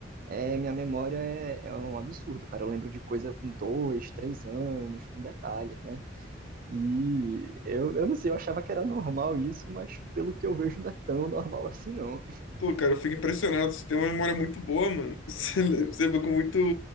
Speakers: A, on the right; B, on the left.
A: é, minha memória é, é um absurdo, cara. Eu lembro de coisa com dois, três anos, com detalhes, né? E eu, eu não sei, eu achava que era normal isso, mas pelo que eu vejo não é tão normal assim, não.
B: Pô, cara, eu fico impressionado, você tem uma memória muito boa, mano. <laughs> Você le- você lembra com muito,